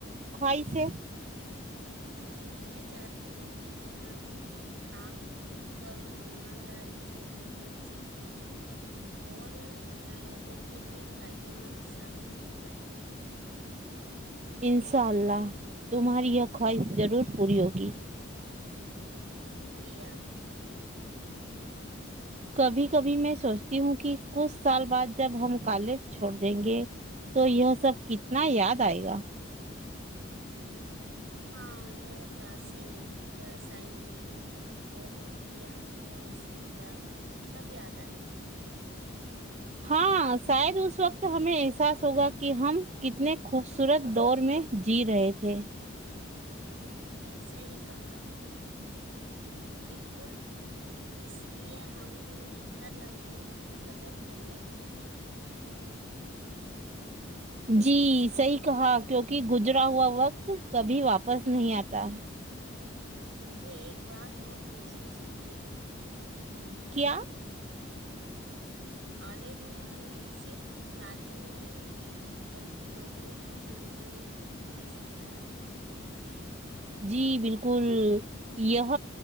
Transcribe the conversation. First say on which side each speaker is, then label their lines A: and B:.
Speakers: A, on the right; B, on the right.
A: خواہش ہے
B: میں چاہتی ہوں کہ جہاں بھی کام کروں ایمانداری اور محنت سے کروں اور لوگوں کے لیے فائدہ مند ثابت ہو سکوں
A: انشاء اللہ تمہاری یہ خواہش ضرور پرییگی
B: شکریہ
A: کبھی کبھی میں سوچتی ہوں کہ کچھ سال بعد جب ہم کالج چھوڑ دیں گے تو یہ سب کتنا یاد آئے گا
B: ہاں یہ کلاسیں یہ اسائنمنٹ یہ دوستیاں یہ ہنسی مذاق سب یاد آئے گا
A: ہاں شاید اس وقت ہمیں احساس ہوگا کہ ہم کتنے خوبصورت دور میں جی رہے تھے
B: صیح کہا بالکل اس لیے ہمیں ہر لمحے کی قدر کرنی چاہیے
A: جی صحی کہا کیوںکہ گزرا ہوا وقت کبھی واپس نہیں آتا
B: مجھے ایک بات اور محسوس ہوتی ہے
A: کیا
B: کالج میں ہمیں صرف تعلیم نہیں دی بلکہ لوگوں کو سمجھانے بھی سکھایا
A: جی بالکل یہ